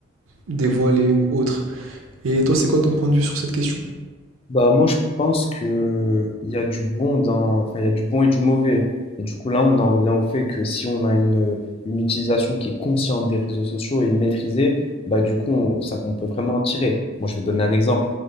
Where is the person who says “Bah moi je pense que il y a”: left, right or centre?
Left